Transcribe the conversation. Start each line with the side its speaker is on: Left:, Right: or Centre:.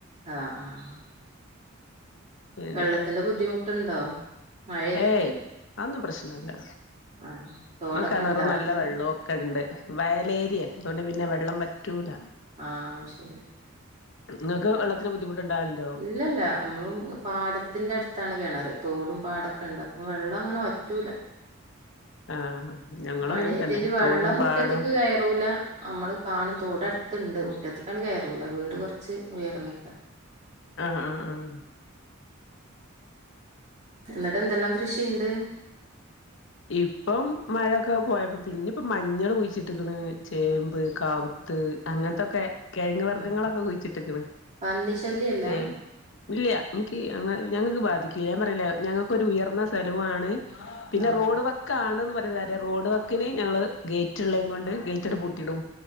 Right: ആഹ് ആഹ്
Left: പിന്നെ
Right: വെള്ളത്തിന്റെ ബുദ്ധിമുട്ടുണ്ടോ മഴെയ്തിട്ട്
Left: ഏയ് അതൊന്നും പ്രശ്നല്ല
Right: ആഹ് തോടൊക്കെ
Left: ആ കെണറ്
Right: ഇണ്ടോ അടുത്ത്
Left: നല്ല വെള്ളോം ക്കെണ്ട് വയലേരിയാ അതുകൊണ്ട് പിന്നെ വെള്ളം വറ്റൂല
Right: ആഹ് ശെരി
Left: ഇങ്ങക്ക് വെള്ളത്തിന് ബുദ്ധിമുട്ട്ണ്ടാവലി
Right: ഇല്ലല്ലാ നമ്മളും പാടത്തിന്റെ അട്ത്താണ് കെണറ് തോടും പാടൊക്കെണ്ട് അപ്പൊ വെള്ളം അങ്ങനെ വറ്റൂല
Left: ആഹ് ഞങ്ങളും
Right: മഴ
Left: അങ്ങനെ
Right: ഇതില്
Left: തന്നെ
Right: വെള്ളം
Left: തോടും
Right: മുറ്റത്ത്ക്ക്
Left: പാടും
Right: കേയറൂല നമ്മള് കാണും തോടട്ത്ത്ണ്ട് മുറ്റത്ത്ക്കാണ്ട് കേറൂല വീട് കൊറച്ച് ഉയർന്നിട്ടാ
Left: ആഹ് ആഹ് ആഹ്
Right: എന്നിട്ടെന്തെല്ലാം കൃഷിണ്ട്
Left: ഇപ്പം മഴയൊക്കെ പോയപ്പം പിന്നിപ്പം മഞ്ഞള് കുയിച്ചിട്ട്ക്ക്ണ് ചേമ്പ് കാവൂത്ത് അങ്ങൻത്തൊക്കെ കെഴങ്ങ് വർഗങ്ങളൊക്കെ
Right: ആഹ്
Left: കുയിച്ചിട്ടിക്ക്ണ്
Right: പന്നി ശല്യല്ല
Left: ചേ ഇല്ല്യാ ഇൻക്കീ അങ്ങ് ഞങ്ങക്ക് ബാധിക്കില്ല ഞാൻ പറഞ്ഞില്ലെ ഞങ്ങക്കൊരു ഉയർന്ന സ്ഥലവുവാണ് പിന്നെ
Right: ആഹ്
Left: റോഡ് വക്കാണ്ന്ന് പറഞ്ഞിട്ട് കാര്യല്ല റോഡ് വക്കിന് ഞങ്ങള് ഗേറ്റ് ഇള്ളേൻ കൊണ്ട് ഗേറ്റട് പൂട്ടിടും